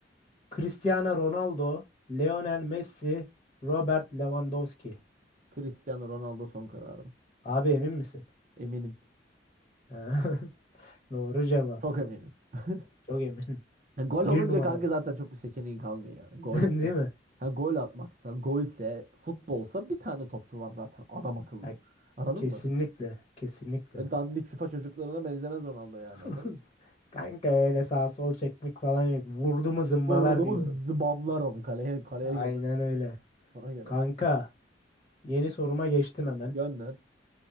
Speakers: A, on the left; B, on the right.
A: Cristiano Ronaldo, Lionel Messi, Robert Lewandowski.
B: Cristiano Ronaldo son kararım.
A: Abi emin misin?
B: Eminim.
A: <laughs> Doğru cevap.
B: Çok eminim. <laughs>
A: Çok eminim.
B: Ya gol
A: Bir
B: olunca
A: numara.
B: kanka zaten çok bir seçeneğin kalmıyor yani. Golse.
A: <laughs> Değil mi?
B: Ha, gol atmaksa, golse, futbolsa bir tane topçu var zaten. Adam akıllı.
A: Ya,
B: Anladın
A: kesinlikle.
B: mı?
A: Kesinlikle.
B: Ve dandik FIFA çocuklarına benzemez Ronaldo yani
A: <laughs>
B: anladın mı?
A: Kanka öyle sağ sol çekmek falan yok. Vurdu mu zımbalar
B: Vurdu
A: diyorum.
B: mu zıbamlar onu kaleye, kaleye
A: Aynen
B: göre.
A: öyle.
B: Ona göre.
A: Kanka yeni soruma geçtim hemen.
B: Gönder.